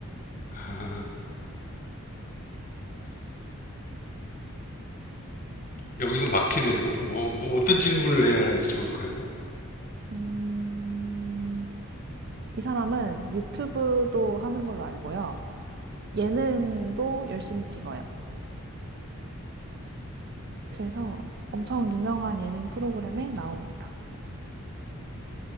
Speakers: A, on the left; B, on the right.
A: 아 여기서 막히네요. 뭐 뭐 어떤 질문을 해야 좋을까요?
B: 음, 이 사람은 유튜브도 하는 걸로 알고요. 예능도 열심히 찍어요. 그래서 엄청 유명한 예능 프로그램에 나옵니다.